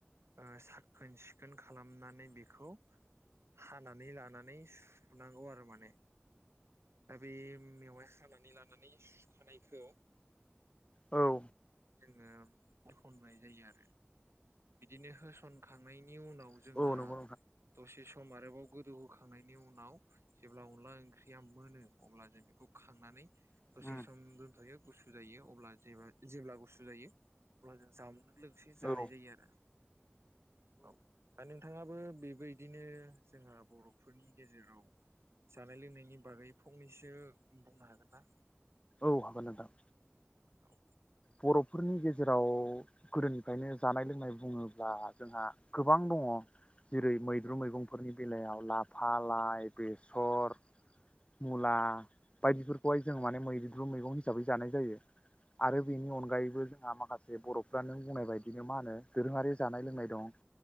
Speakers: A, on the right; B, on the left.
A: ओ साखोन सिखोन खालाम लामनानै बेखौ हानानै लानानै सुनांगौ आरो माने दा बे मेवाय खानानै लानानै सुखानायखौ
B: औ
A: जोङो <unintelligible> जायो आरो बिदिनो होसनखांनाय नि उनाव
B: नोंथां
A: जोंहा
B: औ नंगौ नंगौ
A: दसे स सम आरोबाव गोदौ होखांनायनि उनाव जेब्ला अनला ओंख्रिया मोनो अब्ला जों बेखौ खांनानै
B: नोंथां
A: दसे सम दोनथ'यो गुसु जायो अब्ला जेबा जेब्ला गुसु जायो। अब्ला जों जामुं लोगोसे जानाय
B: औ
A: जायो आरो। औ। दा नोंथाङाबो बेबायदिनो जोंहा बर'फोरनि गेजेराव जानाय लोंनायनि बागै फंनैसो बुंनो हागोन ना?
B: औ हागोन नोंथां।
A: औ।
B: बर'फोरनि गेजेराव गोदोनिफ्रायनो जानाय लोंनाय बुङोब्ला जोंहा गोबां दङ'। जेरै मैद्रु मैगंफोरनि बेलायाव लाफा, लाइ, बेसर, मुला बायदिफोरखौहाय जों माने मैद्रु मैगं हिसाबै जानाय जायो। आरो बेनि अनगायैबो जोंहा माखासे बर'फ्रानो नों बुंनाय बायदिनो मा होनो दोरोङारि जानाय लोंनाय दं।